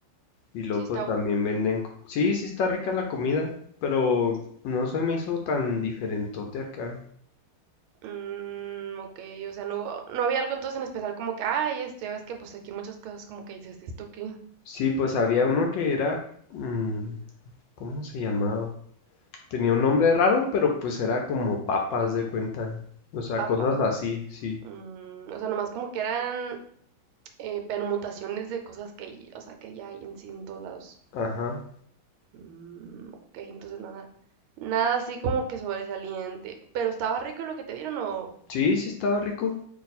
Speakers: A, on the left (about 75°); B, on the right (about 80°).
A: Y luego
B: sí está,
A: pues también venden... co- Sí, sí está rica la comida, pero no se me hizo tan diferentote acá.
B: mm, ok, o sea, no, hubo- no había algo entonces en especial como que, ay, esto, ya ves que pues aquí muchas cosas como que dices, esto qué,
A: Sí, pues había uno que era... mm, ¿Cómo se llamaba? Tenía un nombre raro, pero pues era como papas de cuenta. O sea,
B: papa,
A: cosas así, sí.
B: mm, o sea, nomás como que eran eh, permutaciones de cosas que, y- o sea, que ya hay en sí en todos lados.
A: Ajá.
B: Mm, ok, entonces nada, nada así como que sobresaliente, pero estaba rico lo que te dieron o...
A: Sí, sí estaba rico.